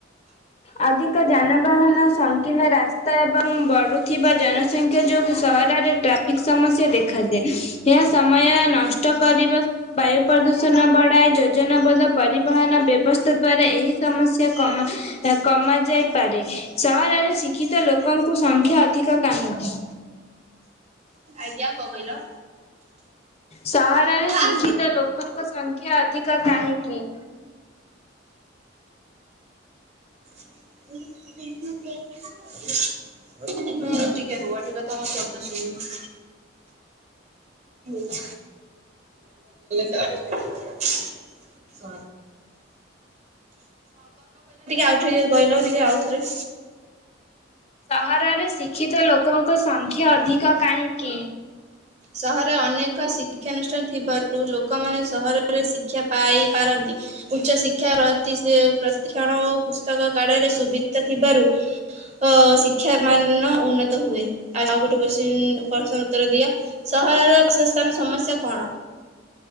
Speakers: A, on the left (about 35°); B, on the right (about 35°).
A: ଅଧିକ ଯାନବାହନ ସଂକୀର୍ଣ୍ଣ ରାସ୍ତା ଏବଂ ବଢୁଥିବା ଜନସଂଖ୍ୟା ଯୋଗୁଁ ସହରରେ ଟ୍ରାଫ୍ ଫିକ୍ ସମସ୍ୟା ଦେଖାଯାଏ ଏହା ସମୟ ନଷ୍ଟ କରିବା ସହ ବାୟୁ ପ୍ରଦୂଷଣ ବଢାଏ ଯୋଜନାବଦ୍ଧ ପରିବହନ ବ୍ୟବସ୍ଥା ଦ୍ଵାରା ଏହି ସମସ୍ୟା କମା ଏହା କମା ଯାଇପାରେ ସହରରେ ଶିକ୍ଷିତ ଲୋକଙ୍କୁ ସଂଖ୍ୟା ଅଧିକ କାହିଁକି?
B: ଆଜ୍ଞା କଣ କହିଲ?
A: ସହରରେ
B: ହୁଁ
A: ଶିକ୍ଷିତ ଲୋକଙ୍କ ସଂଖ୍ୟା ଅଧିକ କାହିଁକି?
B: <unintelligible> ହୁଁ ଟିକେ ରୁହ ଟିକେ ତମ ଶବ୍ଦା ଶୁଭୁନି <unintelligible> <unintelligible> ହଁ କଣ କହିଲ ଟିକେ ଆଉଥରେ କହିଲ ଟିକେ ଆଉଥରେ?
A: ସହରରେ ଶିକ୍ଷିତ ଲୋକଙ୍କ ସଂଖ୍ୟା ଅଧିକ କାହିଁକି?
B: ସହର ଅନେକ ଶିକ୍ଷାନୁଷ୍ଠାନ ଥିବାରୁ ଲୋକମାନେ ସହରରେ ଶିକ୍ଷା ପାଇ ପାରନ୍ତି। ଉଚ୍ଚ ଶିକ୍ଷାତି ପ୍ରତି୍ଷଣ ଓ ପୁସ୍ତକ କାଳରେ ସୁବିଧା ଥିବାରୁ ତ ଶିକ୍ଷା ମାନ ଉନ୍ନତ ହୁଏ। ଆଉ ଆଉ ଗୋଟେ କୋଶ୍ଚିନ ପ୍ରଶ୍ନର ଉତ୍ତର ଦିଅ? <unintelligible> ସମସ୍ୟା କଣ?